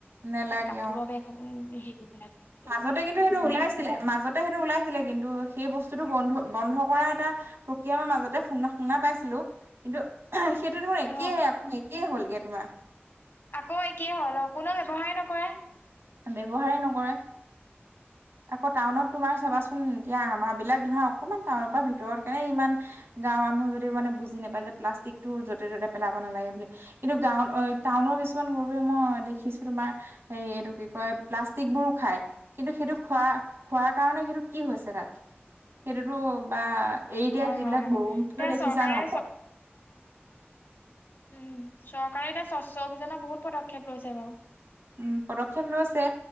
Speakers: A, on the right; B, on the left.
A: নেলাগে
B: এই কাপোৰ
A: অ
B: সেইসমূহ এ সেইটো পেলাই দিয়ে।
A: মাজতে কিন্তু সেইটো ওলাইছিলে মাজতে সেইটো ওলাইছিলে কিন্তু সেই বস্তুটো বন্ধ বন্ধ কৰা এটা প্ৰক্ৰিয়া মই মাজতে শুনা শুনা পাইছিলো কিন্তু সেইটো ধৰ একেই
B: অ
A: একেই হ'লগে তোমাৰ
B: আকৌ একেই হ'ল অ কোনেও ব্যৱহাৰ নকৰে।
A: ব্যৱহাৰেই নকৰে।
B: <inaudible>
A: আকৌ টাউনত তোমাৰ চাবাচোন এতিয়া আমাৰ বিলাক ধৰা অকমান টাউনৰ পৰা ভিতৰত কাৰনে ইমান - গাঁৱৰ মানুহ যদিও মানে বুজি নাপায় যে প্লাষ্টিক টো য'তে ত'তে পেলাব নালাগে বুলি। কিন্তু গাঁও অ টাউনৰ কিছুমান গৰুৱে মই দেখিছো তোমাৰ হেৰী এইটো কিক কয় প্লাষ্টিক বোৰো খাই কিন্তু সেইটো খোৱা খোৱাৰ কাৰণে সেইটো কি হৈছে তাত। সেইটোতো বা এৰি দিয়া
B: হয়
A: যিবিলাক
B: হয়।
A: গৰু
B: এতিয়া
A: <unintelligible> দেখিছা
B: চৰকাৰে
A: ন -
B: উ, চৰকাৰে এতিয়া স্বচ্ছ অভিযানৰ বহুত পদক্ষেপ লৈছে বাৰু।
A: উ, পদক্ষেপ লৈছে।